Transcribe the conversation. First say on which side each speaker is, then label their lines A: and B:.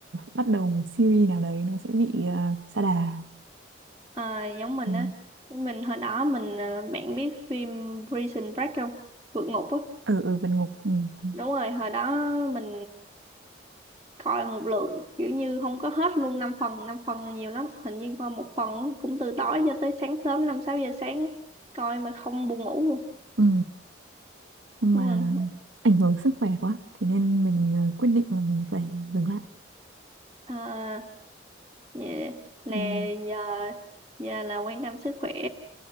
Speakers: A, on the right; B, on the right.
A: bắt đầu một series nào đấy nó sẽ bị ờ, sa đà
B: Ờ, giống mình
A: ừ.
B: á mình hồi đó mình ờ, bạn biết phim Prison Break không vượt ngục á
A: ừ ừ vượt ngục ừ, ừ.
B: đúng rồi hồi đó mình coi một lượng kiểu như không có hết luôn năm phần 5 phần là nhiều lắm hình như coi một phần cũng từ tối cho tới sáng sớm năm sáu giờ sáng coi mà không buồn ngủ luôn
A: ừ. nhưng
B: đúng
A: mà
B: rồi
A: ảnh hưởng sức khỏe quá thế nên mình ờ, quyết định là mình phải dừng lại
B: à, vậy là
A: ừ,
B: giờ giờ là quan tâm sức khỏe